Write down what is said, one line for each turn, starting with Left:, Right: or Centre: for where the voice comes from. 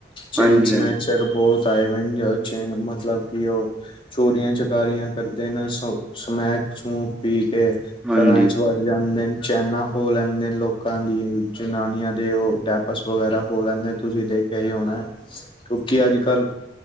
Left: ਚੇਨਸ
Centre: ਹਾਂਜੀ
Left: ਸਨੈ
Centre: ਹਾਂਜੀ
Left: <unintelligible> ਚੋਰੀਆਂ ਚਕਾਰੀਆਂ ਕਰਦੇ ਨੇ ਸਮੈਕ ਸਮੂਕ ਪੀ ਕੇ
Centre: ਹਾਂਜੀ
Left: ਘਰਾਂ ਚ। ਵੜ ਜਾਂਦੇ ਨੇ ਚੈਨਾ ਖੋ ਲੈਂਦੇ ਨੇ ਲੋਕਾਂ ਦੀ ਜਨਾਨੀਆਂ ਦੇ ਉਹ ਟੈ ਪਰਸ ਵਗੈਰਾ ਖੋ ਲੈਂਦੇ ਤੁਸੀਂ ਦੇਖਿਆ ਹੀ ਹੋਣਾ ਕਿਉਂਕਿ ਅੱਜ ਕੱਲ